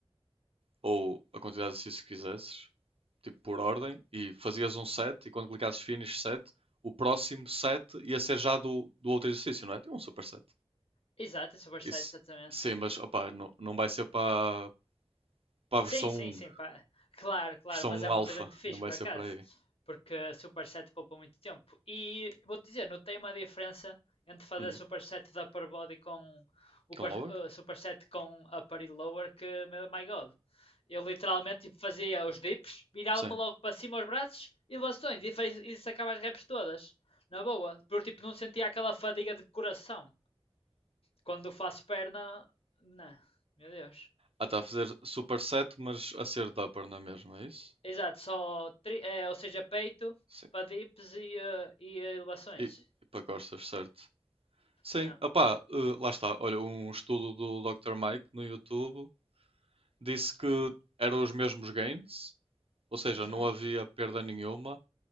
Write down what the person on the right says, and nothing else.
ou a quantidade de exercícios que quisesses, tipo por ordem, e fazias um set, e quando clicasses finish set, o próximo set ia ser já do, do outro exercício, não é? Tem um super set.
Isso,
sim, mas opá, não, não vai ser para para a
versão
um,
versão
um
alfa,
não vai
ser
para aí.
Hum,
com lower?
Sim.
Ah, está a fazer super set, mas a ser de upper, não é mesmo? É isso?
Sim.
E, e para costas, certo. Sim,
opá, eh, lá está. Olha, um estudo do Dr. Mike no YouTube disse que eram os mesmos gains, ou seja,
não havia perda nenhuma.